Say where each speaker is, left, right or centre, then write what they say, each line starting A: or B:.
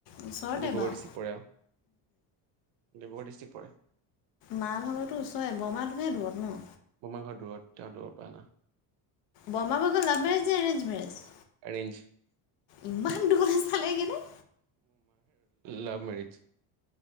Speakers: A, on the left; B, on the right.
A: ওচৰতে
B: ডিব্ৰুগড়
A: বাৰু
B: ডিষ্ট্ৰিক্ট পৰে আৰু ডিব্ৰুগড় ডিক। পৰে।
A: মাহ ভাগৰতো ওচৰে বৰমাটোহে দূৰত ন।
B: বৰমাৰ দূৰত তেওঁ দৌৰ পায় না।
A: বৰমা ভাগৰ লাভ মেৰীজ যে এৰেঞ্জ মেৰেজ।
B: এৰেঞঞ্চ।
A: ইমান দূৰ চালে কেনে
B: লভ মেৰিজ